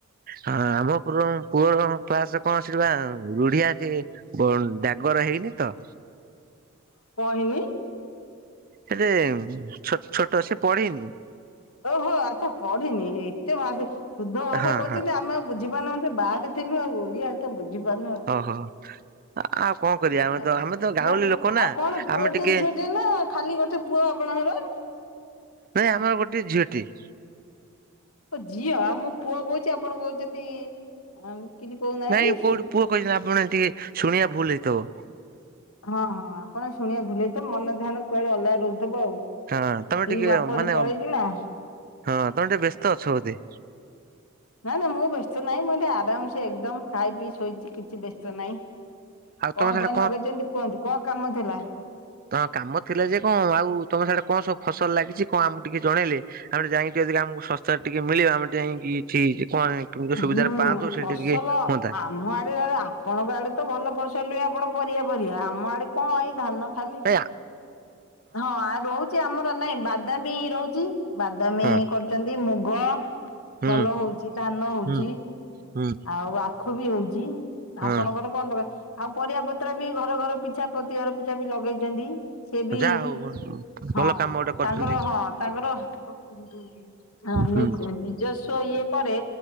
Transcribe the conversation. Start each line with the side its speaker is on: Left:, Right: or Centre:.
Right: ହଁ ଆମ ପ ପୁଅ କ୍ଲାସ ରେ କଣ ଥିଲା ବା ରୁଢିଆ ଅଛି। ଜାଗର ହେଇନି ତ।
Left: <inaudible> କଣ ହେଇନି।
Right: ଏ ଯେ ଛୋଟ ଛୋଟ ସେ ପଢିନି
Left: ଓହୋ ଆଚ୍ଛା ପଢିନି ଏତେ ଭାଷା ଶୁଦ୍ଧ ଭାଷା
Right: ହଁ
Left: କହୁଛନ୍ତି
Right: ହଁ
Left: ଆମେ ଆଉ ବୁ ବୁଝିପାରୁନାନ୍ତି ବାହାରେ ଥିଲୁ ଆଉ ଓଡିଆ ତ ବୁଝି ପାରୁନୁ ଆଉ
Right: ଓହୋ ଆଉ କଣ କରିବା
Left: ଆଛା
Right: ଆମେ ତ ଆମେ ତ ଗାଉଁଲି ଲୋକ ନା
Left: ଆଉ କଣ ପୁଅ
Right: ଆମେ ଟିକେ
Left: ଟି ଝି ନା ଖାଲି ଗୋଟେ ପୁଅ ଆପଣଙ୍କର।
Right: ନାଇଁ ଆମର ଗୋଟେ ଝିଅଟିଏ
Left: ଓ ଝିଅ ମୋ ପୁଅ କହୁଛି ଆପଣ କହୁଛନ୍ତି ଆ କିଛି କହୁନାହାନ୍ତି।
Right: ନାଇଁ କୋଉଠି ପୁଅ କହିଛନ୍ତି ଆପଣ ଟିକେ ଶୁଣିବା ଭୁଲ୍ ହେଇଥିବ।
Left: ହଁ ହଁ ଆପଣ ଶୁଣିବା ଭୁଲ୍ ହେଇଥିବ ମନ ଧ୍ୟାନ କୁଆଡେ ଅଲଗା ରହୁଥିବ ଆଉ,
Right: ହଁ ତମେ
Left: ସ୍ତ୍ରୀ
Right: ଟିକେ
Left: ବାପ
Right: ମାନେ
Left: ଘର ପଳେଇଥିଲା।
Right: ହଁ ତମେ ଟିକେ ବ୍ୟସ୍ତ ଅଛ ବୋଧେ।
Left: ନାଇଁ ନାଇଁ ମୁଁ ବ୍ୟସ୍ତ ନହିଁ ମୁଁ ଏଠି ଆରାମସେ ଏକଦମ ଖାଇ ପିଇ ଶୋଇଛି କିଛି ବ୍ୟସ୍ତ ନାହିଁ।
Right: ଆଉ ତମେ
Left: କଣ
Right: ସେଟା
Left: ପାଇଁ ଲଗେଇଛନ୍ତି କୁହନ୍ତୁ କଣ କାମ ଥିଲା।
Right: ତ କାମ ଥିଲା ଯେ କଣ ଆଉ ତମ ସିଆଡେ କଣ ସବୁ ଫସଲ ଲାଗିଛି କଣ ଆମକୁ ଟିକେ ଜଣେଇଲେ ଆମେ ଯାଇକି ଯଦି ଆମକୁ ଶସ୍ତାରେ ଟିକେ ମିଳିବ ଆମେ ଯାଇକି କିଛି କଣ ସୁବିଧାରେ
Left: ହୁଁ
Right: ପାଆନ୍ତୁ ସେଠି
Left: ଫସଲ
Right: ଟିକେ ହୁଅନ୍ତା।
Left: ଆମ ଆଡେ ଆପଣଙ୍କ ଆଡେ ତ ଭଲ ଫସଲ ହୁଏ ଆପଣ ପରିବା ପରିବା ଆମ ଆଡେ କଣ ଏଇ ଧାନ ଖାଲି।
Right: ଆ
Left: ହଁ ଆଉ ରହୁଛି ଆମର ନାଇଁ ବାଦାମୀ ରହୁଛି ବାଦାମୀ
Right: ହଁ
Left: କରିଛନ୍ତି ମୁ ମୁଗ
Right: ହୁଁ
Left: ଭଲ ହଉଛି ଧାନ ହଉଛି।
Right: ହୁଁ ହୁଁ
Left: ଆଉ ଆଖୁ ବି ହଉଛି
Right: ହଁ
Left: ଆପଣଙ୍କର କଣ ଟକାର ଆଉ ପରିବା ପତ୍ର ବି ଘର ଘର ପିଛା ପ୍ରତି ଘର ପିଛା ବି ଲଗେଇଛନ୍ତି। ସେ ବି
Right: ଯାହା ହଉ
Left: ହଁ
Right: ଭଲ କାମ ଗୋଟେ କରୁଛନ୍ତି
Left: ତାଙ୍କର ହଁ ତାଙ୍କର ହଁ
Right: ହୁଁ
Left: ନିଜସ୍ୱ ଇଏ ପରେ